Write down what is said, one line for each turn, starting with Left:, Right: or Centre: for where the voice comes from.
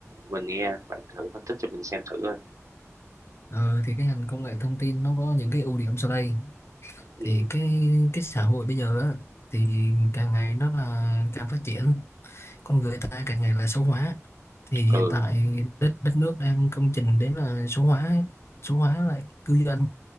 Right: mình nghe bạn thử phân tích cho mình xem thử coi
Left: ờ, thì cái ngành công nghệ thông tin nó có những cái ưu điểm sau đây
Right: ừ,
Left: thì cái cái xã hội bây giờ á, thì càng ngày nó là càng phát triển con người ta càng ngày là số hóa thì hiện
Right: ừ
Left: tại đất đất nước đang công trình đến là số hóa số hóa lại cư dân